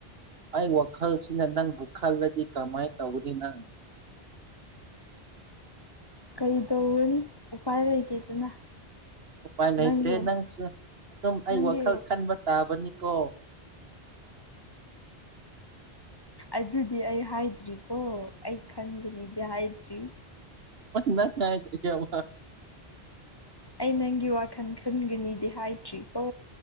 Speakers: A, on the right; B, on the left.
A: ꯑꯩ ꯋꯥꯈꯜꯁꯤꯅ ꯅꯪꯕꯨ ꯈꯜꯂꯗꯤ ꯀꯃꯥꯏꯅ ꯇꯧꯒꯅꯤ ꯅꯪ
B: ꯀꯩꯗꯧꯔꯨꯅꯤ ꯎꯄꯥꯏ ꯂꯩꯇꯦꯗꯅ
A: ꯎꯄꯥꯏ ꯂꯩꯇ꯭ꯔꯦ
B: ꯅꯪꯒꯤ
A: ꯅꯪꯁꯨ ꯑꯗꯨꯝ ꯑꯩ
B: ꯅꯪꯒꯤ
A: ꯋꯥꯈꯜ ꯈꯟꯕ ꯇꯥꯕꯅꯤꯀꯣ
B: ꯑꯗꯨꯗꯤ ꯑꯩ ꯍꯥꯏꯗ꯭ꯔꯤꯀꯣ ꯑꯩ ꯈꯟꯕꯅꯤꯗꯤ ꯍꯥꯏꯗ꯭ꯔꯤ
A: ꯅꯪ ꯍꯥꯏꯗ꯭ꯔꯤꯌ‌ꯦꯕ
B: ꯑꯩ ꯅꯪꯒꯤ ꯋꯥꯈꯜ ꯈꯟꯒꯅꯤꯗꯤ ꯍꯥꯏꯗ꯭ꯔꯤ ꯀꯣ